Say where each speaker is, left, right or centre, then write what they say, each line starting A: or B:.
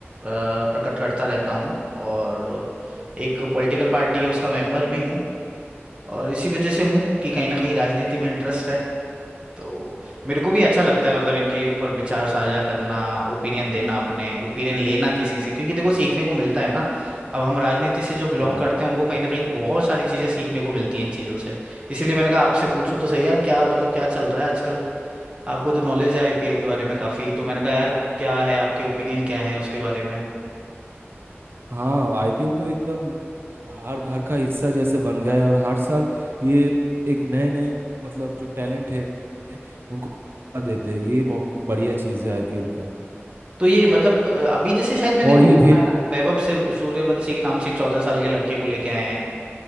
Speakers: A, on the right; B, on the right.
A: प्रकट करता रहता हूँ और एक पॉलिटिकल पार्टी है उसका मेंबर भी हूँ और इसी वजह से हूँ कि कहीं ना कहीं राजनीति में इंटरेस्ट है तो मेरे को भी अच्छा लगता है मतलब इनके ऊपर विचार साझा करना ओपिनियन देना अपने ओपिनियन लेना किसी से क्योंकि देखो सीखने को मिलता है ना अब हम राजनीति से जो बिलोंग
B: हूँ
A: करते हैं उनको कहीं ना कहीं बहुत सारी चीजें सीखने को मिलती हैं इन चीजों से इसीलिए मैंने कहा आपसे पूछूं तो सही यार क्या मतलब क्या चल रहा है आजकल आपको तो नॉलेज है आईपीएल के बारे में काफी तो मैंने कहा यार क्या है आपके ओपिनियन क्या है उसके बारे में
B: हाँ आईपीएल तो एकदम अ, हर घर का हिस्सा जैसे बन गया है और हर साल ये एक नए नए मतलब जो टैलेंट है उनको मौका देते हैं ये बहुत बढ़िया चीज़ है आईपीएल का
A: तो ये मतलब अ, अभी जैसे शायद मैंने
B: और
A: वो
B: ये
A: भी
B: भेद
A: सुना है ना वैभव से सूर्यवंशी के नाम से एक चौदह साल के लड़के को लेके आए हैं